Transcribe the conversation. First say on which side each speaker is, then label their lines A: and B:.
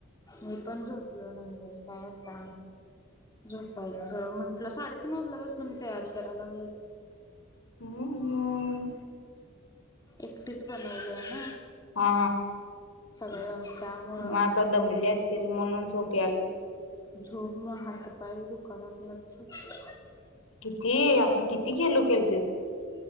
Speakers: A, on the left; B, on the left.
A: मी पण झोपल नाही काय आता. झोपायचं म्हंटलं साडेतीीन वाजल्यापासन मी तयारी कराय लागल.
B: हो.
A: एकटीच बनवल आहे ना.
B: हा.
A: सगळं त्यामुळं
B: मग आता दमले असेल म्हणून झोपे आले.
A: झोप हात पय ब तू कलाकलचछ.
B: किती असं किती केेलो केल.